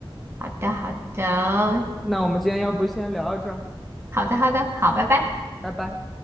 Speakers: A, on the right; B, in the centre.
A: 好的，好的，
B: 那我们今天要不先聊到这儿，
A: 好的，好的，好，拜拜。
B: 拜拜。